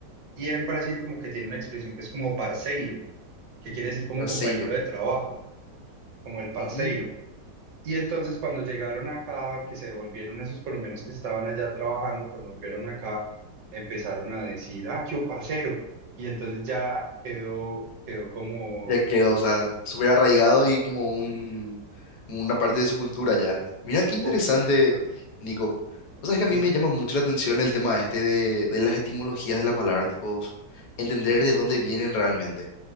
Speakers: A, on the right (about 75°); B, on the left (about 65°).
A: Y en Brasil como que tiene una expresión que es como parceiro, que quiere decir como
B: tercero.
A: compañero de trabajo, como el parceiro.
B: ujú.
A: Y entonces cuando llegaron acá, que se devolvieron esos colombianos que estaban allá trabajando, cuando volvieron acá, empezaron a decir, ah, qué o parcero. Y entonces ya quedó, quedó como,
B: Ya quedó, o sea, súper arraigado
A: ah,
B: y como un, como una parte de su cultura ya. Mira qué interesante,
A: correcto.
B: Nico. O sea, que
A: Y,
B: a mí me llama mucho la atención el tema este de, de las etimologías de las palabras, tipo, entender de dónde vienen realmente.